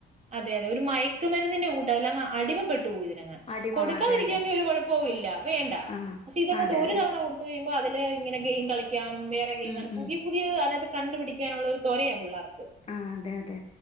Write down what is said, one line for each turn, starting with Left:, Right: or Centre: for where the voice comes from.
Right: അതെ അതെ തെ ഒരു മയാ ക്ക്‌ മരുന്നിന്റെ കൂട്ട് അല്ലങ്ങ അടിമപ്പെട്ടു പോയി ഇതിനങ്ങ്
Left: അടിമ
Right: കൊടുക്കാതിരിക്കാവങ്കിൽ
Left: അതെ അതെ
Right: ഒരു കൊഴപ്പവും ഇല്ല വേണ്ട
Left: ആഹ്
Right: പക്ഷെ ഇതങ്ങോട്ട്
Left: അതെ
Right: ഒരു
Left: അതെ
Right: തവണ കൊടുത്ത് കയുമ്പോ അപ്പ അതിലെ ഇങ്ങനെ ഗെയിം കളികും ക്കാനും വേറെ ഗെയിംങ്ങൾ
Left: ഉം ഉം
Right: പുതിയ പുതിയ അതായത് കണ്ടുപിടിക്കാനുള്ള ഒരു തൊരയാ പിള്ളേർക്ക്
Left: ആ അതെ അതെ